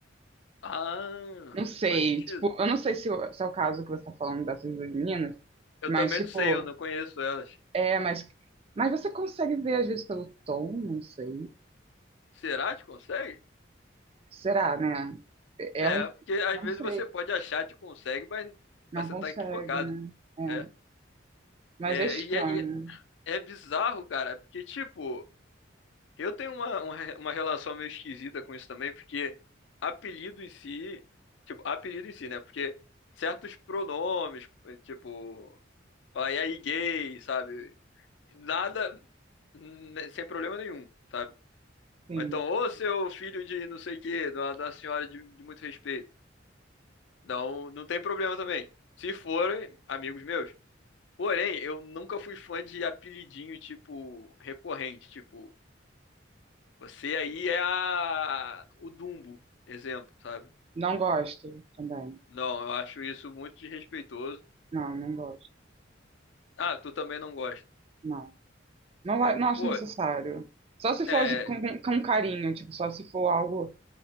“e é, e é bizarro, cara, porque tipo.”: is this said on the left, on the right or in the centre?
Left